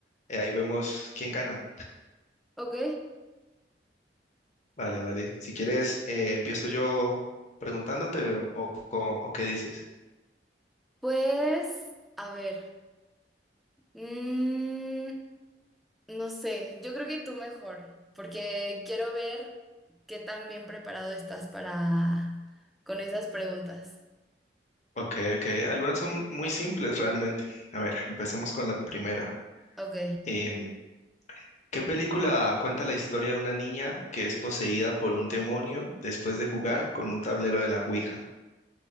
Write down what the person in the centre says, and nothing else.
Ok,
pues, a ver. Mm, No sé, yo creo que tú mejor, porque quiero ver qué tan bien preparado estás para con esas preguntas.
Ok.